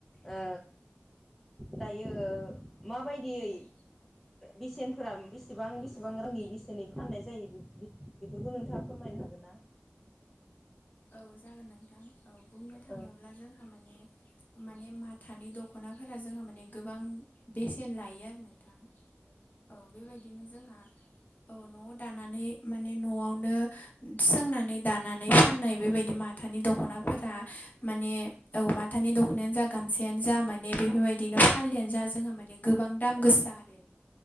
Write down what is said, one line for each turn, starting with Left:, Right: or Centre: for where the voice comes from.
Centre: ओ दायो माबायदियै
Left: औ
Centre: बेसेनफोरा बेसेबां बेसेबां
Left: औ
Centre: रांनि बेसेनै फाननाय जायो बेफोरखौ नोंथाङा फोरमायनो हागोन ना?
Left: औ जागोन नोंथां औ बुंनो थाङोब्ला
Centre: ओ
Left: जोंहा माने माने मा थानि दख'नाफोरा जोंहा माने गोबां बेसेन लायो आरो नोंथां। औ बेबायदिनो जोंहा औ न'आव दानानै माने न'आवनो सोंनानै दानानै फाननाय बेबायदि माथानि दख'नाफोरा माने औ माथानि दख'नायानो जा गामसायानो जा माने बेफोरबायदिनो फालिआानो जा जोंहा माने गोबां दाम गोसा आरो।